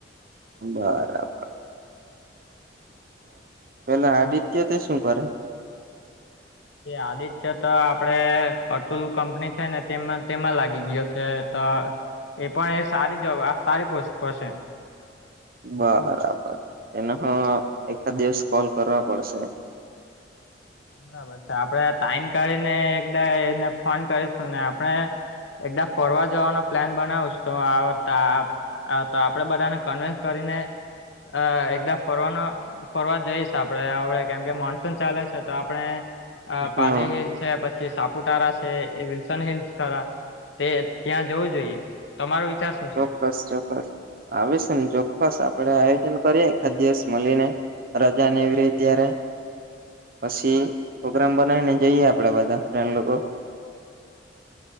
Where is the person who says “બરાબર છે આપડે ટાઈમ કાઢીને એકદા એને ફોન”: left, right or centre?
Left